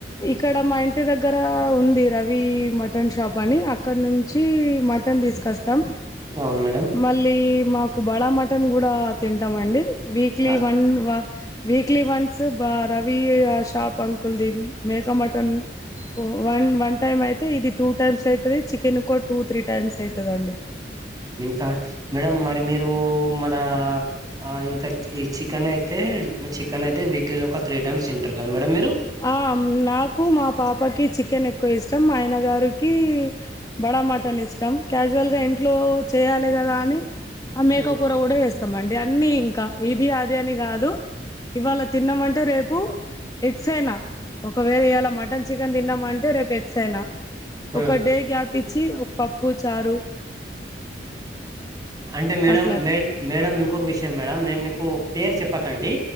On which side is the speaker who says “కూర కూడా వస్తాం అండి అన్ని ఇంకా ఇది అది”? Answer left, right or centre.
Left